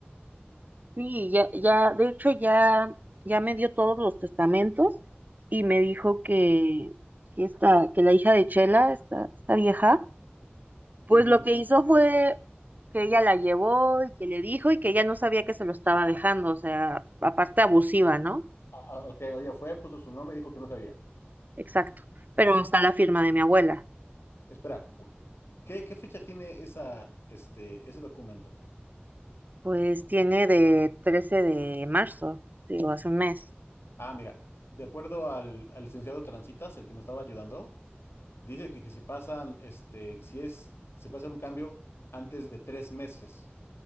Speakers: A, on the right; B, on the left.
A: Sí, ya, ya, de hecho ya, ya me dio todos los testamentos y me dijo que, que esta, que la hija de Chela, esta, esta vieja,
B: Ujú.
A: Pues lo que hizo fue que ella la llevó y que le dijo y que ella no sabía que se lo estaba dejando, o sea, aparte abusiva, ¿no?
B: Ah, ah, ok, oye, fue, puso su nombre y dijo que no sabía.
A: Exacto. Pero está la firma de mi abuela.
B: Espera, cu- ¿qué, qué fecha tiene esa, este, ese documento?
A: Pues tiene de 13 de marzo, digo, hace un mes.
B: Ah, mira, de acuerdo al, al licenciado Transitas, el que me estaba ayudando, dice que, que si pasan, este, si es, se puede hacer un cambio antes de tres meses.